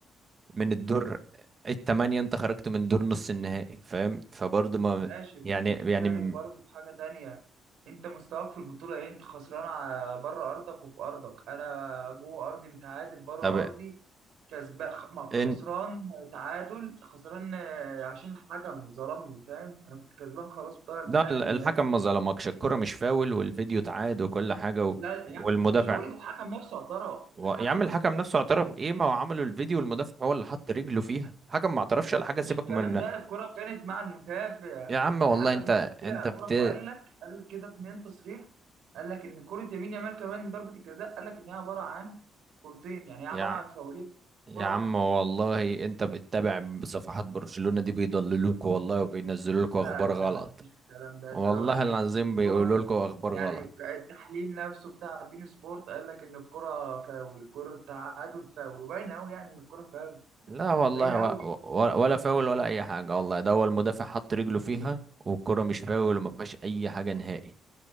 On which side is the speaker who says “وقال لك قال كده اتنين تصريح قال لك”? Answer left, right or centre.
Right